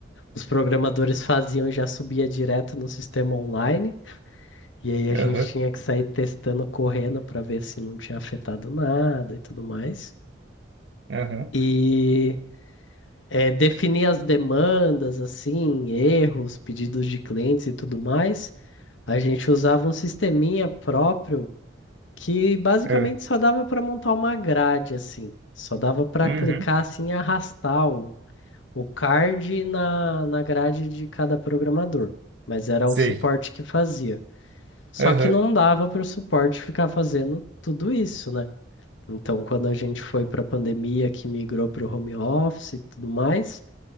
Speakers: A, on the left; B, on the right.
A: os programadores faziam e já subia direto no sistema online. E aí a gente
B: Aham,
A: tinha que sair testando, correndo para ver se não tinha afetado nada e tudo mais.
B: aham,
A: E eh, definir as demandas, assim, erros, pedidos de clientes e tudo mais. A gente usava um sisteminha próprio que basicamente
B: aham,
A: só dava para montar uma grade, assim. Só dava para
B: uhum,
A: clicar assim e arrastar o o card na, na grade de cada programador, mas era
B: sei.
A: o suporte que fazia. Só
B: Aham,
A: que não dava para o suporte ficar fazendo tudo isso, né? Então, quando a gente foi para a pandemia, que migrou para o home office e tudo mais,